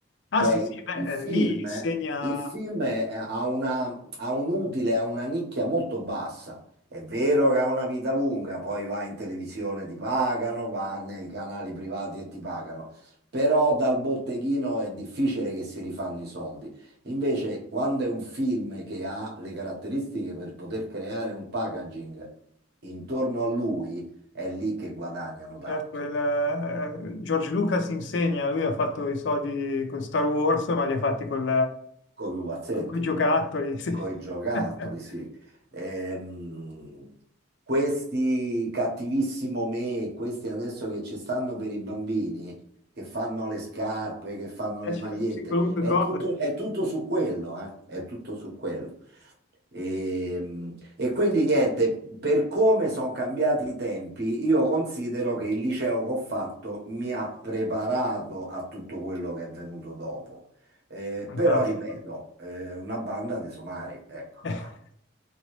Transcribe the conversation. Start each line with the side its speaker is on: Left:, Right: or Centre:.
Left: Ah,
Right: Cioè
Left: sì, sì, beh,
Right: il film,
Left: eh, lì insegna,
Right: il film è- ha una- ha un utile, ha una nicchia molto bassa. È vero che ha una vita lunga, poi va in televisione, ti pagano, va nei canali privati e ti pagano, però dal botteghino è difficile che si rifanno i soldi. Invece, quando è un film che ha le caratteristiche per poter creare un packaging intorno a lui, è lì che guadagnano tanto,
Left: certo, il, eh, George Lucas insegna, lui ha fatto i soldi con Star Wars, ma li ha fatti con,
Right: con i pupazzetti,
Left: con quei giocattoli, sì.
Right: con i giocattoli,
Left: <laughs>
Right: sì. Ehm, questi cattivissimo me, questi adesso che ci stanno per i bambini, che fanno le scarpe, che fanno
Left: Eh,
Right: le
Left: certo,
Right: magliette,
Left: sì, qualunque
Right: è
Left: cosa
Right: tutto,
Left: è
Right: è tutto su quello, eh? È tutto su quello. E, e quindi niente, per come sono cambiati i tempi, io considero che il liceo che ho fatto mi ha preparato a tutto quello che è venuto dopo. Eh,
Left: fantastico.
Right: però ripeto, eh, una banda dei somari, ecco.
Left: <laughs>
Right: <laughs>